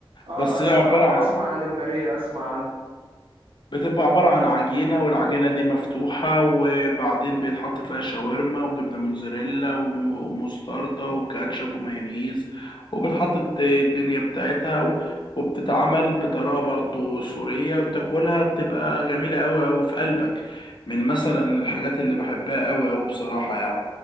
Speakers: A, on the right; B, on the left.
A: اه
B: بس
A: اسمع
B: هي عبارة
A: اسمع عن الماريه اسمع عنها
B: بتبقى عبارة عن عجينة والعجينة دي مفتوحة وبعدين بيتحط فيها شاورما وجبنة موتزاريلا وم- ومستردة وكاتشب ومايونيز وبتحط الت- الدنيا بتاعتها و- وبتتعمل بطريقة برضو سورية وتاكلها بتبقى جميلة أوي أوي في قلبك من مثلا الحاجات اللي بحبها أوي أوي بصراحة يعني